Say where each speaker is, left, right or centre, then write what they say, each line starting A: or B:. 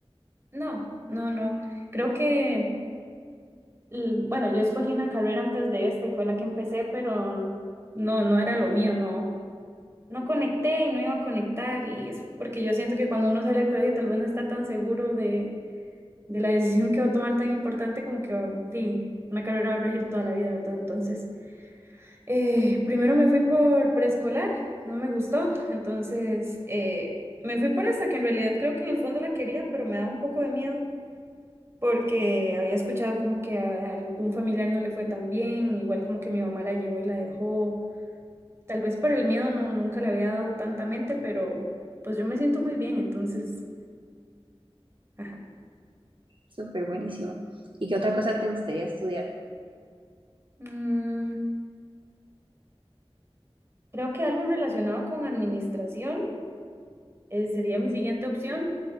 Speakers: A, on the right; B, on the right.
A: No, no, no. Creo que, l- bueno, yo escogí una carrera antes de esta y fue la que empecé, pero no, no era lo mío, no. No conecté y no iba a conectar y es porque yo siento que cuando uno sale del colegio tal vez no está tan seguro de de la decisión que va a tomar tan importante como que va- di, una carrera va a regir toda la vida, ¿verdad? Entonces, eh, primero me fui por preescolar, no me gustó, entonces eh, me fui por esa, que en realidad creo que en el fondo la quería, pero me daba un poco de miedo porque había escuchado como que a a algún familiar no le fue tan bien, igual como que mi mamá la llevó y la dejó. Tal vez por el miedo no, nunca le había dado tanta mente, pero pues yo me siento muy bien, entonces, ajá.
B: Súper buenísimo. ¿Y qué otra cosa te gustaría estudiar?
A: Mm, creo que algo relacionado con administración. eh, sería mi siguiente opción,